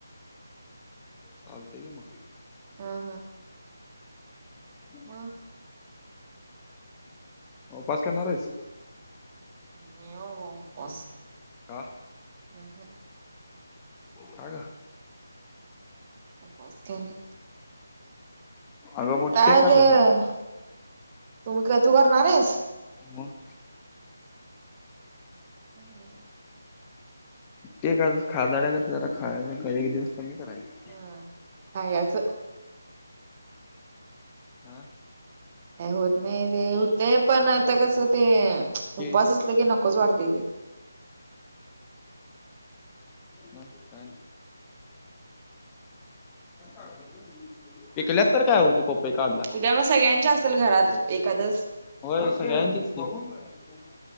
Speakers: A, on the left; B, on the right.
A: चालतय की मग
B: हा
A: <inaudible>
B: म
A: उपवास करणार आहेस
B: नई बाबा उपवास
A: का
B: ह हं
A: का ग
B: उपवास केलय
A: अगं मोठी
B: काय
A: एकदास
B: ते
A: आहे ना
B: तुम्ही काय तू करणार आहेस
A: मग
B: हू
A: ते खादाड्यागत जरा खायचं एक दिवस कमी करायच
B: हा खायाचं
A: हा
B: काय होत नाही ते हुतय पण आता कसं ते
A: केळी
B: उपवास असलं की नकोच वाटतंय ते
A: मग काय आणि पिकल्यात तर काय ओ ती पपई काढलाय
B: उद्या मग सगळ्यांची असेल घरात एकादस
A: हो सगळ्यांनचीच की बसलाय